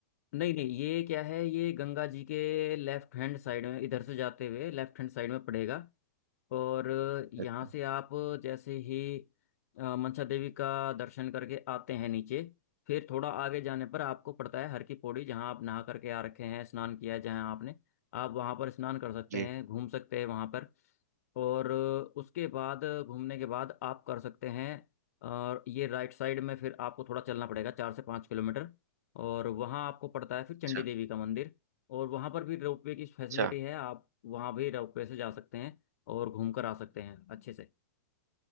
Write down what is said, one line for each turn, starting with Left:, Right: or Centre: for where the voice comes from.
Left: नहीं नहीं ये क्या है ये गंगा जी के लेफ्ट हैंड साइड में इधर से जाते हुए लेफ्ट हैंड साइड में पड़ेगा और यहाँ
Right: अच्छा
Left: से आप जैसे ही अ, मनसा देवी का दर्शन करके आते हैं नीचे फिर थोड़ा आगे जाने पर आपको पड़ता है हर की पौड़ी जहाँ आप नहा करके आ रखे हैं स्नान किया है जहाँ आपने आप वहाँ पर स्नान कर सकते
Right: जी
Left: हैं घूम सकते हैं वहाँ पर और अ, उसके बाद अ, घूमने के बाद आप कर सकते हैं और ये राइट साइड में फिर आपको थोड़ा चलना पड़ेगा चार से पाँच किलोमीटर और वहाँ आपको पड़ता है फिर चंडी
Right: अच्छा
Left: देवी का मंदिर और वहाँ पर भी रोपवे की फैसिलिटी
Right: अच्छा
Left: है आप वहाँ भी रोपवे से जा सकते हैं और घूम कर आ सकते हैं अच्छे से